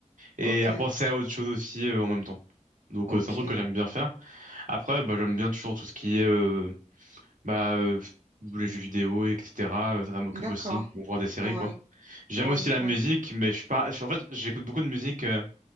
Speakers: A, on the right; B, on the right.
A: et
B: ok,
A: à penser à autre chose aussi euh, en même temps. Donc,
B: ok.
A: euh, c'est un truc que j'aime bien faire. Après, bah, j'aime bien toujours tout ce qui est euh, bah, euh, les jeux vidéo, etc. Euh, Ça, ça m'occupe
B: D'accord.
A: aussi. ou voir des séries,
B: Ouais.
A: quoi. J'aime
B: Oui,
A: aussi la
B: oui,
A: musique, mais je suis pas... je suis- en fait, j'écoute beaucoup de musique euh,